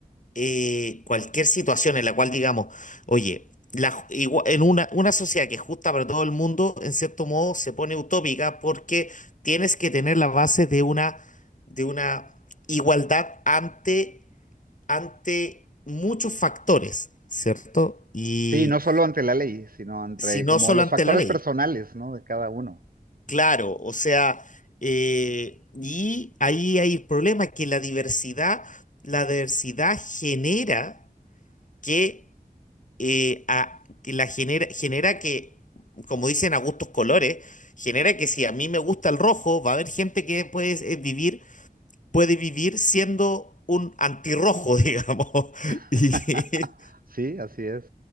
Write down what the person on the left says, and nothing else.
eh, cualquier situación en la cual digamos, oye, la ju- igua- en una, una sociedad que es justa para todo el mundo, en cierto modo se pone utópica porque tienes que tener la base de una, de una igualdad ante ante muchos factores, ¿cierto? Y
si no
solo
ante
la ley,
claro, o sea, eh, y ahí hay el problema que la diversidad, la diversidad genera que, eh, a- que la genera, genera que, como dicen a gustos colores, genera que si a mí me gusta el rojo, va a haber gente que puede eh, vivir, puede vivir siendo un antirrojo, <laughs> digamos.
Y,